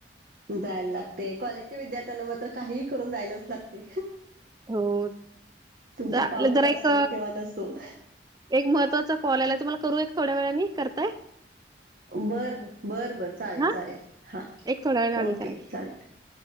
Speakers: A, on the right; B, on the right.
A: जायला लागते कॉलेजच्या विद्यार्थ त्यांना मात्र काही करून जायलाच लागते
B: हो
A: तुमचा
B: चालेल
A: पाऊस
B: जरा
A: असो
B: एक
A: किंवा नसो
B: एक महत्त्वाचा कॉल आयला त मला करू एक थोड्या वेळाने करताय
A: बर बरं बर चालेल
B: हा
A: चालेल हा
B: एक थोड्या वेळाने
A: ओके
B: करा की
A: चालेल